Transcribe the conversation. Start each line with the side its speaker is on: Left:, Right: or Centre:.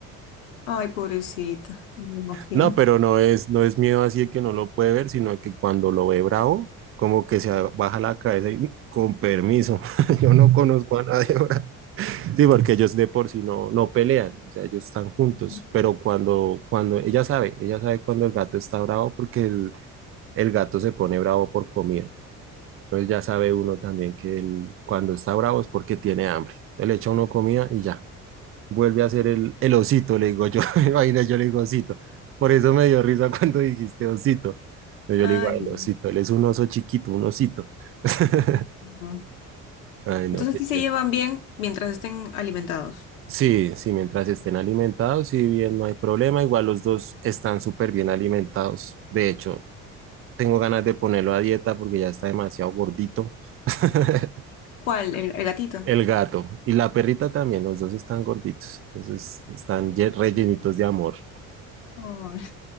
Left: Ay, pobrecita, no me imagino.
Right: No, pero no es, no es miedo así de que no lo puede ver, sino que cuando lo ve bravo, como que se baja la cabeza y "Mm, con permiso, <laughs> yo no conozco a nadie ahora. Sí, porque ellos de por sí no, no pelean, o sea, ellos están juntos,
Left: <laughs>
Right: pero cuando, cuando ella sabe, ella sabe cuando el gato está bravo porque el, el gato se pone bravo por comida. Entonces ya sabe uno también que él, cuando está bravo es porque tiene hambre. Entonces le echa uno comida y ya. Vuelve a ser el, el osito, le digo yo. <laughs> Imagina, yo le digo osito. Por eso me dio risa cuando dijiste osito. Entonces Yo
Left: Ay.
Right: le digo, "Ay, el osito, él es un oso chiquito, un osito. <laughs>
Left: no.
Right: Ay, no,
Left: Entonces
Right: qué
Left: sí
Right: chévere.
Left: se llevan bien mientras estén alimentados.
Right: Sí, sí, mientras estén alimentados, si bien no hay problema, igual los dos están súper bien alimentados. De hecho, tengo ganas de ponerlo a dieta porque ya está demasiado gordito. <laughs>
Left: ¿Cuál? ¿El, el gatito?
Right: El gato y la perrita también, los dos están gorditos, entonces están ye- rellenitos de amor.
Left: Ay.